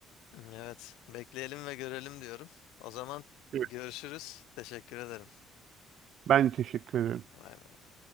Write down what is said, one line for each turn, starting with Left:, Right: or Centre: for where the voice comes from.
Left: Evet, bekleyelim ve görelim diyorum. O zaman
Right: Evet.
Left: görüşürüz. Teşekkür ederim.
Right: Ben teşekkür ederim.
Left: Vay be.